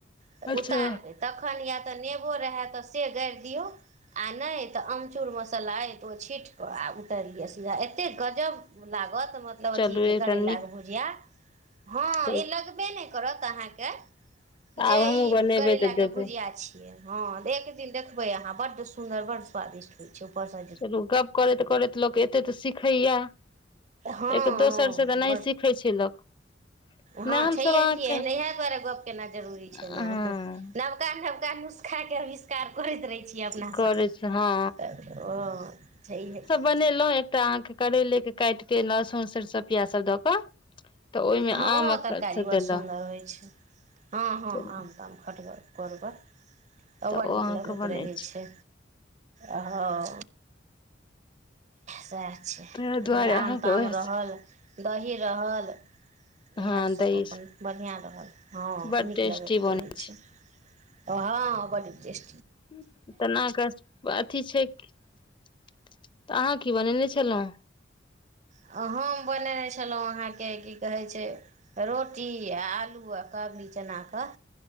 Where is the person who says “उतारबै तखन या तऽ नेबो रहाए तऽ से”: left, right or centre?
Right